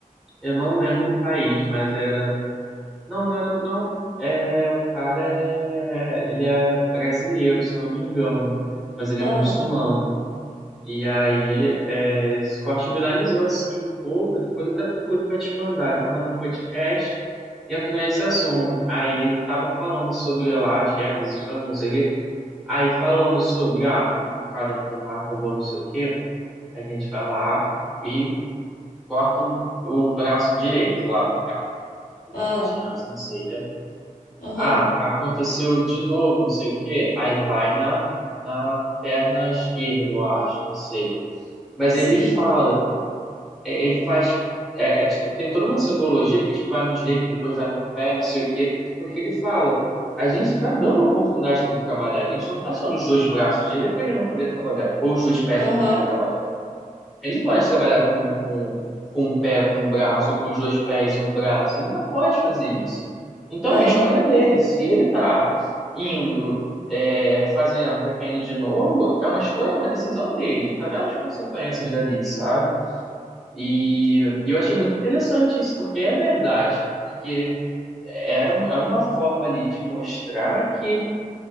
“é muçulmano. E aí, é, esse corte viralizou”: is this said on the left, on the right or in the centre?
Centre